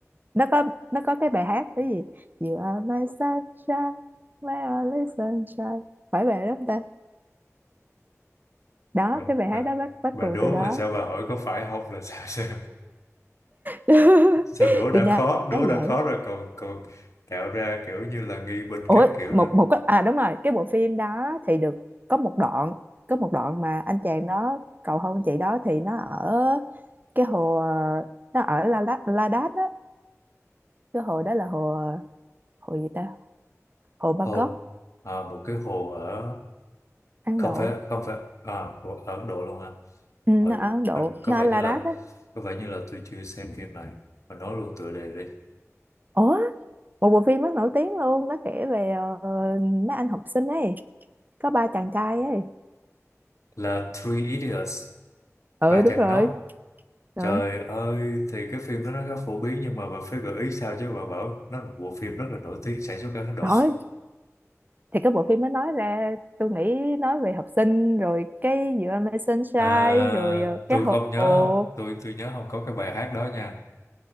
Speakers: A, on the right (about 35°); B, on the left (about 65°).
A: nó có nó có cái bài hát cái gì You are my sunshine, my only sunshine phải bài đó không ta đó
B: mình
A: cái bài
B: mình
A: hát đó bắt bắt
B: bà
A: cụ
B: đố
A: từ đó
B: mà sao bà hỏi có phải không là sao sao
A: <laughs>
B: sao đố đã
A: tôi nhớ
B: khó đố
A: vậy
B: đã khó rồi còn còn tạo ra kiểu như là nghi binh
A: ủa
B: các kiểu
A: một
B: nữa
A: một cái à đúng rồi cái bộ phim đó thì được có một đoạn có một đoạn mà anh chàng đó cầu hôn chị đó thì nó ở cái hồ ờ, nó ở La Đát La Đát á cái hồ đó là hồ hồ gì ta hồ Bangkok
B: hồ à, một cái hồ ở
A: Ấn
B: không
A: Độ
B: phải không phải à, hồ ở Ấn Độ luôn hả
A: ừ, nó
B: Rồi,
A: ở Ấn Độ
B: mình có
A: nó
B: vẻ
A: ở La
B: như là
A: Đát á
B: có vẻ như là tôi chưa xem phim này mình nói luôn tựa đề đi
A: ủa một bộ phim rất nổi tiếng luôn nó kể về ờ, mấy anh học sinh ấy có ba chàng trai ấy
B: là Three Idiots
A: ừ
B: ba
A: đúng
B: chàng
A: rồi
B: ngốc
A: ừ.
B: trời ơi thì cái phim đó nó khá phổ biến nhưng mà bà phải gợi ý sao chứ bà bảo nó là một bộ phim rất là nổi tiếng sản xuất ở Ấn Độ
A: Trời ơi, thì cái bộ phim mới nói ra tôi nghĩ nói về học sinh rồi cái giữa Amazing Sunshine
B: à,
A: rồi ờ,
B: tôi
A: cái
B: không nhớ
A: hồ
B: không tôi tôi nhớ không có cái bài hát đó nha